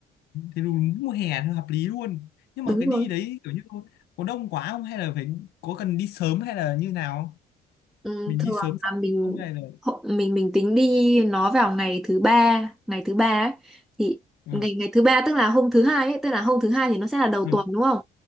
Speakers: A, on the left; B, in the centre.
A: Thế đúng mùa hè thì hợp lý luôn. Nhưng
B: đúng
A: mà cái đi
B: rồi
A: đấy kiểu như có đông quá không hay là phải có cần đi sớm hay là như nào không?
B: Ừ,
A: Mình
B: thường
A: đi sớm
B: là
A: sợ
B: mình
A: không hay là
B: hộ- mình mình tính đi nó vào ngày thứ ba ngày thứ ba ấy thì
A: ừ
B: ngày ngày thứ ba tức là hôm thứ hai ấy tức là hôm thứ hai thì nó sẽ là đầu
A: ừ
B: tuần đúng không